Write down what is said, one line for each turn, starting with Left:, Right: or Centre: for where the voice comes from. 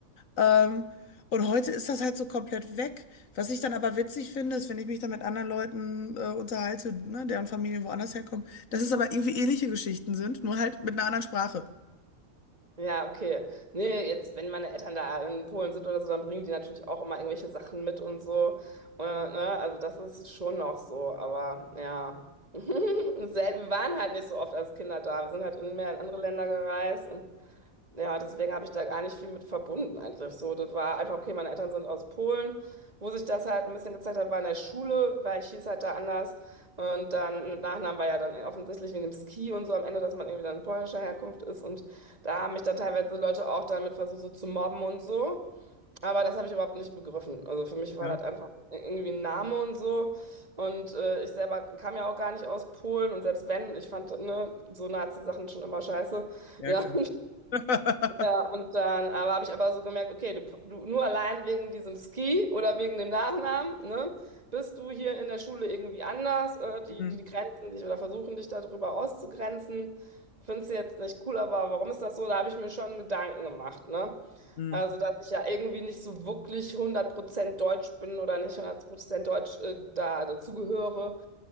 Left: Ähm, und heute ist das halt so komplett weg. Was ich dann aber witzig finde, ist, wenn ich mich dann mit anderen Leuten äh, unterhalte, ne, deren Familien woanders herkommen, dass es aber irgendwie ähnliche Geschichten sind, nur halt mit einer anderen Sprache.
Right: Ja, okay. Nee, jetzt, wenn meine Eltern da in Polen sind oder so, dann bringen die natürlich auch immer irgendwelche Sachen mit und so. Äh, ne? Also das ist schon noch so, aber ja. <laughs> Sel- Wir waren halt nicht so oft als Kinder da. Wir sind halt in mehr in andere Länder gereist und ja, deswegen habe ich da gar nicht viel mit verbunden eigentlich. So, das war einfach, okay, meine Eltern sind aus Polen, wo sich das halt ein bisschen gezeigt hat, war in der Schule, weil ich hieß halt da anders. Und dann mit Nachnamen war ja dann offensichtlich wegen dem Ski und so am Ende, dass man irgendwie dann polnischer Herkunft ist. Und da haben mich dann teilweise Leute auch dann mit versucht, so zu mobben und so. Aber das habe ich überhaupt nicht begriffen. Also für mich war
Left: Ja,
Right: das einfach irgendwie ein Name und so. Und äh, ich selber kam ja auch gar nicht aus Polen. Und selbst wenn, ich fand, ne, so Nazi-Sachen schon immer scheiße.
Left: ja,
Right: Ja,
Left: klar.
Right: <laughs>
Left: <laughs>
Right: Ja, und dann aber habe ich aber so gemerkt, okay, du, du nur allein wegen diesem Ski oder wegen dem Nachnamen, ne, bist du hier in der Schule irgendwie anders, äh, die,
Left: Hm,
Right: die grenzen dich oder versuchen dich darüber auszugrenzen. Findest du jetzt nicht cool, aber warum ist das so? Da habe ich mir schon Gedanken gemacht, ne?
Left: hm,
Right: Also, dass ich ja irgendwie nicht so wirklich 100% deutsch bin oder nicht 100% deutsch äh, da dazugehöre,